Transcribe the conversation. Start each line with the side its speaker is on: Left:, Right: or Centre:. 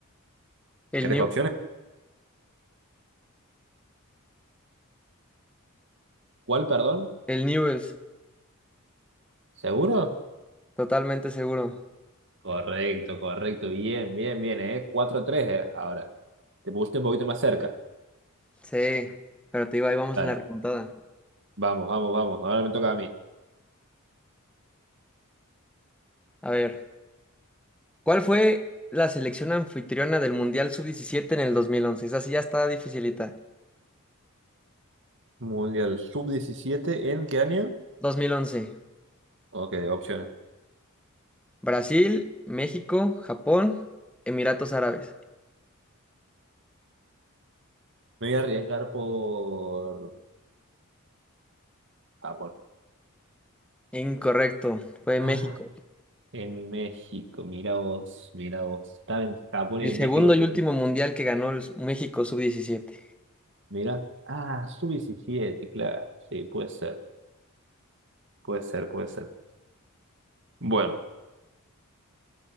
Centre: El
Right: ¿Querés
Centre: New,
Right: opciones? ¿Cuál, perdón?
Centre: el Newell's,
Right: ¿Seguro?
Centre: totalmente seguro.
Right: Correcto, correcto. Bien, bien, bien, eh cuatro tres ¿eh? Ahora. Te pusiste un poquito más cerca.
Centre: Sí, pero te digo, ahí vamos
Right: Dale.
Centre: en la remontada.
Right: Vamos, vamos, vamos. Ahora me toca a mí.
Centre: A ver, ¿cuál fue la selección anfitriona del Mundial sub diecisiete en el 2011? Esa sí ya está dificilita.
Right: Mundial sub diecisiete ¿en qué año?
Centre: 2011.
Right: Ok, opciones.
Centre: Brasil, México, Japón, Emiratos Árabes.
Right: Me voy a arriesgar por Japón.
Centre: Incorrecto, fue
Right: Ah,
Centre: México.
Right: en México, mira vos, mira vos. Estaba en Japón
Centre: El
Right: y en
Centre: segundo
Right: México.
Centre: y último mundial que ganó el México sub-17.
Right: Mira. Ah, sub diecisiete. claro. Sí, puede ser, puede ser, puede ser. Bueno,